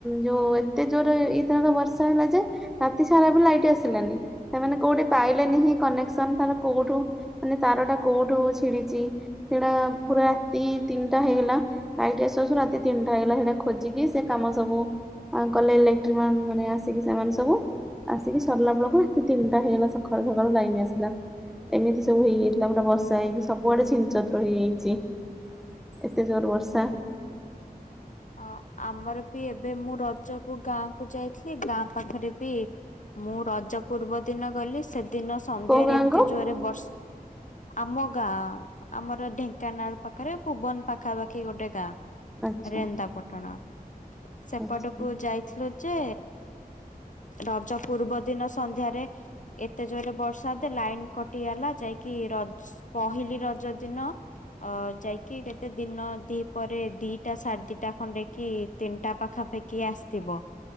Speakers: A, in the centre; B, on the left (about 55°).
A: ଯୋଉ ଏତେ ଜୋର ଏଇଥରକ ବର୍ଷା ହେଲା ଯେ ରାତି ସାରା ବି ଲାଇଟ୍ ଆସିଲାନି ସେମାନେ କୋଉଠି ପାଇଲେନି କନେକ୍ସନ ତାର କୋଉଠୁ ମାନେ ତାରଟା କୋଉଠୁ ଛିଡିଛି ସେଟା ପୁରା ରାତି ତିନିଟା ହେଇଗଲା। ଲାଇଟ ଆସୁ ରାତି ତିନିଟା ହେଲା ସେଟା ଖୋଜିକି ସେ କାମ ସବୁ ଆ କଲେ ଇଲେକ୍ଟ୍ରିମ୍ୟାନ ମାନେ ଆସିକି ସେମାନେ ସବୁ ଆସିକି ସରିଲା ବେଳକୁ ରାତି ତିନିଟା ହେଇଗଲା ସକାଳୁ ସକାଳୁ ଲାଇନ ଆସିଲା। ଏମିତି ସବୁ ହେଇଯାଇଥିଲା ପୁରା ବର୍ଷା ହେଇକି ସବୁଆଡ଼େ ଛି ହେଇଯାଇଛି ଏତେ ଜୋର ବର୍ଷା ଚ
B: ଅ ଆମର ବି ଏବେ ମୁଁ ରଜକୁ ଗାଁ କୁ ଯାଇଥିଲି ଗାଁ ପାଖରେ ବି ମୁଁ ରଜ ପୂର୍ବ ଦିନ ଗଲି ସେଦିନ ସନ୍ଧ୍ୟାରେ
A: କୋଉ ଗାଁ
B: ଏତେ
A: କୁ
B: ଜୋରେ ବର୍ଷ ଆମ ଗାଁ ଆମର ଢେଙ୍କାନାଳ ପାଖରେ ଭୁବନ ପାଖାପାଖି ଗୋଟେ ଗାଁ।
A: ଆଚ୍ଛା
B: ରେନ୍ଦାପାଟଣା
A: ଆଚ୍ଛା।
B: ସେପଟକୁ ଯାଇଥିଲୁ ଯେ ରଜ ପୂର୍ବ ଦିନ ସନ୍ଧ୍ୟାରେ ଏତେ ଜୋରେ ବର୍ଷାଯେ ଲାଇନ କଟିଗଲା ଯାଇକି ରଜ ପହିଲି ରଜ ଦିନ ଅ ଯାଇକି କେତେ ଦିନ ଦି ପରେ ଦି ଦିଟା ସାଢେ ଦିଟା ଖଣ୍ଡେ କି ତିନିଟା ପାଖାପାଖି ଆସିଥିବ